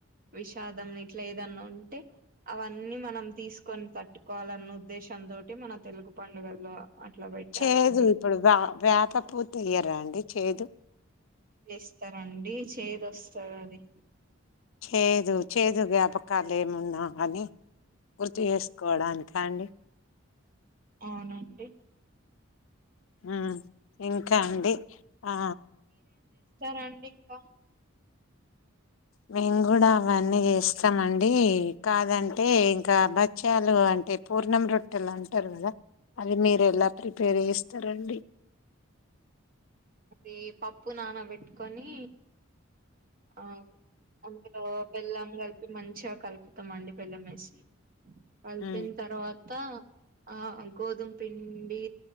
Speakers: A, on the right; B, on the left.
A: విషాదం ఇట్లా, ఏదన్నా ఉంటే అవన్నీ మనం తీసుకొని తట్టుకోవాలన్న ఉద్దేశంతో, మన తెలుగు పండుగల్లో అట్లా పెట్టారండి
B: చేదు ఇప్పుడు బా వేప పూ తియ్యారా అండి చేదు
A: వేస్తారండి చెదోస్తది అది
B: చేదు చేదు జ్ఞాపకాలు ఏమున్నా అని గుర్తు చేసుకోవడానినికి అండి
A: అవునండి
B: అ ఇంకా అండి ఆ
A: రండి ఇక
B: మేము కూడా అవన్నీ చేస్తామండి. కాదంటే ఇంకా బచ్ఛాలు అంటే పూర్ణం రొట్టెలు అంటారు కదా. మీర ఎలా ప్రిపేర్ చేస్త రండి
A: అది పప్పు నాన పెట్టుకొని ఆ అందులో బెళ్లం కలిపి మంచిగా కలుపుతామండి బెళ్లం వేసి కల్పిన
B: ఉమ్.
A: తర్వాత ఆ గోధుమ పిండి